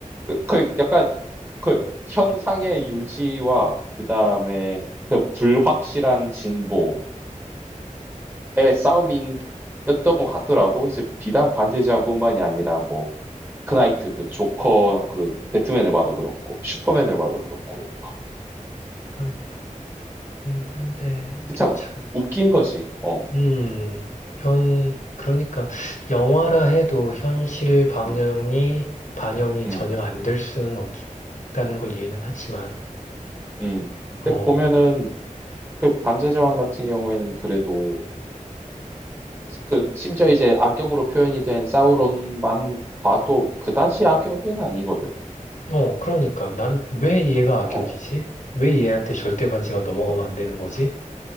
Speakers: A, on the right; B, on the left.
A: 그, 그 약간 그 현상의 유지와 그다음에 그 불확실한 진보의 싸움이었던 것 같더라고. 이제 비단 반지의제왕뿐만이 아니라 뭐 크나이트 그 조커 그 배트맨을 봐도 그렇고 슈퍼맨을 봐도 그렇고
B: 참긴 한데 이게
A: 어참
B: 참
A: 웃긴 거지. 어.
B: 음, 현 그러니까 영화라 해도 현실 방영이
A: 음.
B: 반영이
A: 음.
B: 전혀 안 될 수는 없다는 걸 이해는 하지만
A: 음.
B: 어.
A: 근데 보면은 그 반지의제왕 같은 경우에는 그래도 그 심지어 이제 악역으로 표현이 된 사우론만 봐도 그다지 악역은 아니거든.
B: 어, 그러니까 난 왜 얘가 악역이지?
A: 어.
B: 왜 얘한테 절대 반지가 넘어가면
A: 음.
B: 안 되는 거지?